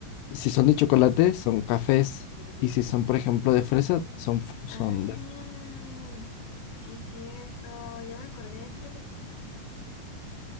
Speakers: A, on the left; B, on the left.
A: si son de chocolate, son cafés y si son, por ejemplo, de fresa, son, f- son
B: Ah,
A: de...
B: sí es cierto, ya me acordé, fíjate que